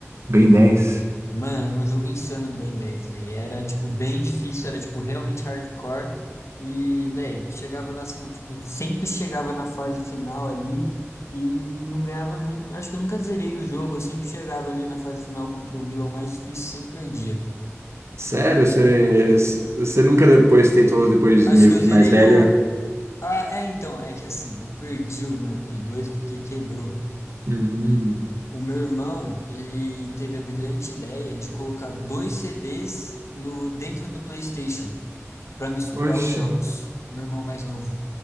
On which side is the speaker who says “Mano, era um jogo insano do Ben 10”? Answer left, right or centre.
Left